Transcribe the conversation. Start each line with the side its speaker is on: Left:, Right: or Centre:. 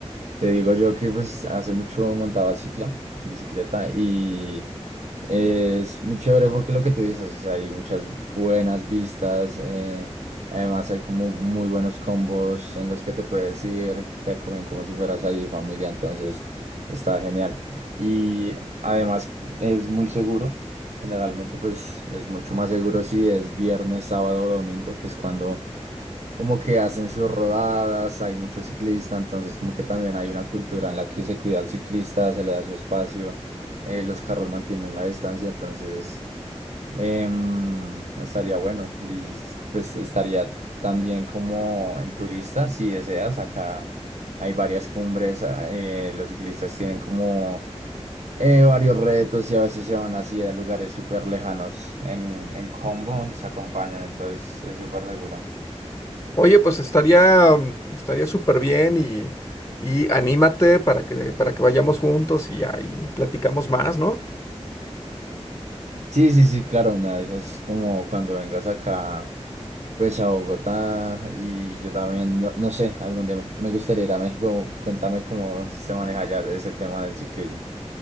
Right: te digo yo que pues hace mucho montaba cicla, bicicleta, y, Es muy chévere porque lo que tú dices, o sea, hay muchas buenas vistas, eh, además hay como muy buenos combos en los que te puedes ir, te acogen como si fueras ahí familia, entonces está genial. Y además es muy seguro, generalmente pues es mucho más seguro si es viernes, sábado o domingo, que es cuando como que hacen sus rodadas, hay muchos ciclistas, entonces como que también hay una cultura en la que se cuida al ciclista, se le da su espacio, eh, los carros mantienen la distancia, entonces em, estaría bueno y s- pues estaría también como en tu lista, si deseas, acá hay varias cumbres, a- eh, los ciclistas tienen como eh, varios retos y a veces se van así a lugares súper lejanos en, en combo y se acompañan, entonces es súper seguro.
Left: Oye, pues estaría, mm, estaría súper bien y, y anímate para que, para que vayamos juntos y ahí platicamos más, ¿no?
Right: Sí, sí, sí, claro, me avisas como cuando vengas acá, pues a Bogotá y yo también, no, no sé, algún día me, me gustaría ir a México, cuéntame cómo se maneja allá ese tema del ciclismo.